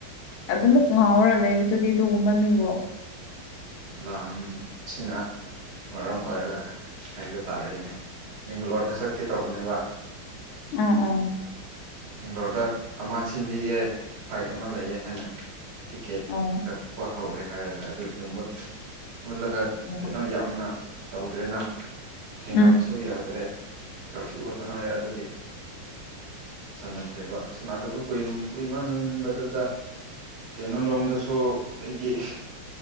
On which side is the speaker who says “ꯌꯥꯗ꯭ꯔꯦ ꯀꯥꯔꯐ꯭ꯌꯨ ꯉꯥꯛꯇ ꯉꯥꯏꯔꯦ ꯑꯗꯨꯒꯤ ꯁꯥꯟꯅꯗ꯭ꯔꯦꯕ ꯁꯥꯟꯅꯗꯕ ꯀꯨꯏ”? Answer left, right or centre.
Right